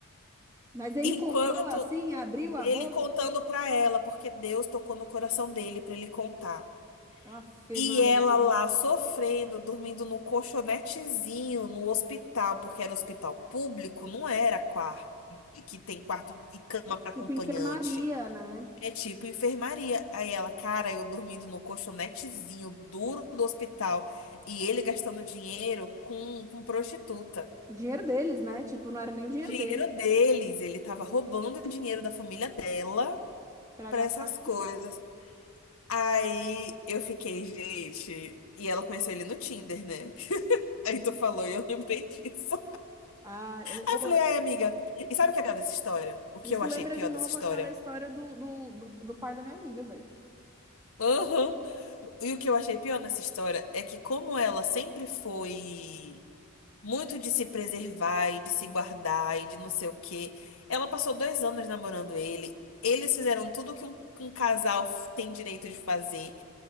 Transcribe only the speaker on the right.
Mas ele
contou assim, abriu a
boca.
Afe
Maria.
É
tipo
enfermaria, né?
O dinheiro deles, né? Tipo, não era nem o dinheiro
dele
para
gastar
com.
Ah, ô,
ô,
isso
lembra
de novo
aquela história do, do, do, do pai da minha amiga, velho.